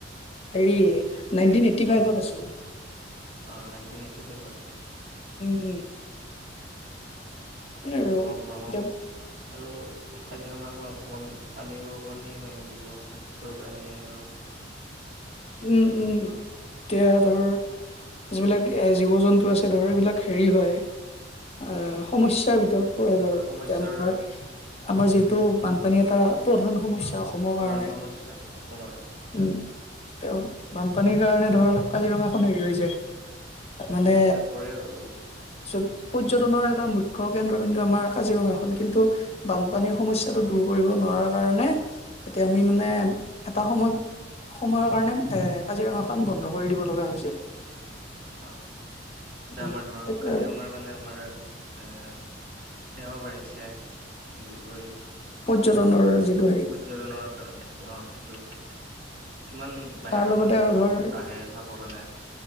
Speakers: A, on the left (about 35°); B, on the right (about 55°).
A: হেৰি নাইনটিন এইট্টি ফাইভত আছিল।
B: অ', নাইনটিন এইটি ফাইভতে।
A: উম, হম। সেইয়া আৰু এতিয়া
B: ব্ৰহ্মপুত্ৰ আৰু কাজিৰঙাখনত অকমান পানীৰো অকমান হেৰি হয় নেকি ব্ৰহ্মপুত্ৰৰ পানীয়ে ধৰ <inaudible>
A: উম, উম এতিয়া ধৰ যিবিলাক এ জীৱ জন্তু আছে ধৰ এইবিলাক হেৰি হয়। আহ সমস্যাৰ
B: উম
A: ভিতৰত পৰে ধৰ এ
B: সমস্যাৰ
A: আমাৰ আমাৰ যি ত' বানপানী এটা প্ৰধান সমস্যা অসমৰ
B: প্ৰধান
A: কাৰণে
B: সমস্যা অসমৰ
A: উম। তেওঁ বানপানীৰ কাৰণে ধৰি লওঁক কাজিৰঙাখন হেৰি হৈছে। মানে
B: সমস্যাত পৰে আৰু অলপ
A: চত পৰ্যটনৰ এটা মুখ্য কেন্দ্ৰবিন্দু আমাৰ কাজিৰঙাখন। কিন্তু বানপানীৰ সমস্যাটো দূৰ কৰিব নোৱাৰাৰ কাৰণে এতিয়া আমি মানে
B: উম
A: এটা সময়ত সময়ৰ কাৰণে এ কাজিৰঙাখন বন্ধ কৰি দিব লগা হৈছে।
B: অ', এতিয়া
A: উম,
B: আমাৰ ধৰ
A: সেইটোৱে
B: কাজিৰঙাৰ
A: আৰু
B: কাৰণে আমাৰ এ সেয়াও বাঢ়িছে কি বুলি কয় আহ
A: পৰ্যটনৰ যিটো হেৰি
B: পৰ্যটনৰ যিটো অ' সেইটো। কিমান বাহিৰৰ
A: তাৰ লগতে
B: মানুহবোৰ
A: আৰু ধৰ
B: আহে চাব কাৰণে।